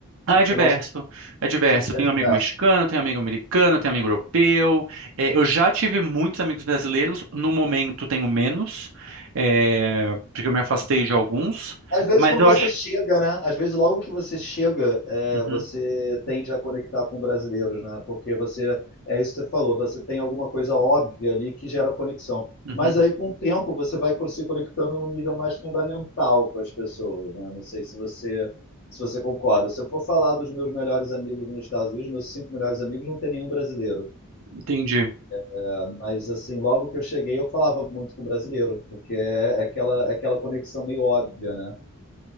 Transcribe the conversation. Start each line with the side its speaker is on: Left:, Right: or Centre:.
Right: Ah,
Left: Afinal
Right: é diverso,
Left: são
Right: é diverso.
Left: de-
Right: Eu
Left: é
Right: tenho
Left: diverso.
Right: um amigo mexicano, tenho um amigo americano, tenho um amigo europeu. É, eu já tive muitos amigos brasileiros, no momento tenho menos, é, porque eu me afastei de alguns,
Left: Às vezes,
Right: mas
Left: quando
Right: eu
Left: você
Right: acho.
Left: chega, né? Às vezes, logo que você chega, é,
Right: Uhum,
Left: você tende a conectar com brasileiros, né? Porque você, é isso que você falou, você tem alguma coisa óbvia ali que gera conexão.
Right: uhum,
Left: Mas aí, com o tempo, você vai co- se conectando num nível mais fundamental com as pessoas, né? Não sei se você, se você concorda. Se eu for falar dos meus melhores amigos nos Estados Unidos, meus cinco melhores amigos, não tem nenhum brasileiro.
Right: entendi.
Left: É, mas, assim, logo que eu cheguei, eu falava muito com brasileiro, porque é é aquela, é aquela conexão meio óbvia, né?